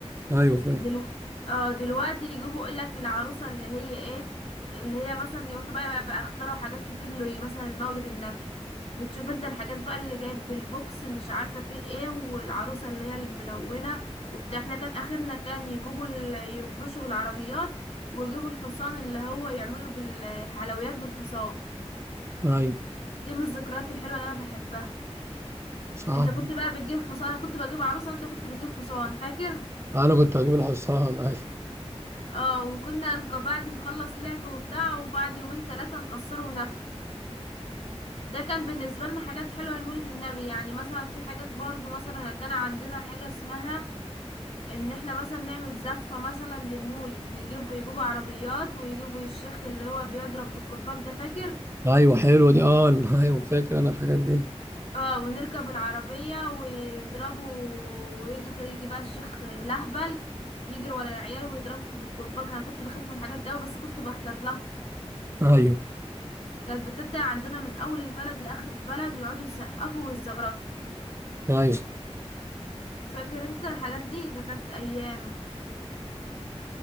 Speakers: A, on the right; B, on the left.
A: ايوه فاكر
B: دلو... اه دلوقتي يجيبوا يقولك العروسة اللي هي ايه اللي هي مثلا يروحوا بقى بقى, بقى اخترعوا حاجات كتير له مثلا المولد النبي بتشوف انت الحاجات بقى اللي جايب بالبوكس مش عارفة فيه ايه والعروسة اللي هي الملونة وبتاع احنا كان اخرنا كان يجيبوا ال... يفرشوا بالعربيات ويجيبوا الحصان اللي هو يعملوا بالحلويات بالحصان
A: ايوه
B: دي من الذكريات الحلوة اللي انا بحبها
A: صح
B: انت كنت بقى بتجيب حصان انا كنت بجيب عروسه وانت كنت بتجيب حصان فاكر
A: انا كنت هجيب الحصان ايوه
B: اه وكنا نك- بعد نخلص لعب وبتاع وبعد يومين ثلاثه نكسره وناكله ده كان بالنسبه لنا حاجات حلوه لمولد النبي يعني مثلا في حاجات برضو مثلا كان عندنا حاجه اسمها ان احنا مثلا نعمل زفه مثلا للمولد نجيب يجيبوا عربيات ويجيبوا الشيخ اللي هو بيضرب بالكرباج ده فاكر
A: ايوه حلوة دي اه <laughs> ايوه فاكر انا الحاجات دي
B: اه ونركب العربية ويضربوا ويجي يجي بقى الشيخ الأهبل يجري ورا العيال ويضربهم بالكرباج انا كنت بخاف من الحاجات دي أوي بس كنت بحضر لها
A: ايوه
B: كانت بتبدأ عندنا من أول البلد لآخر البلد ويقعدوا يسقفوا ويزغرطوا
A: ايوه
B: فاكر انت الحاجات دي ده كانت أيام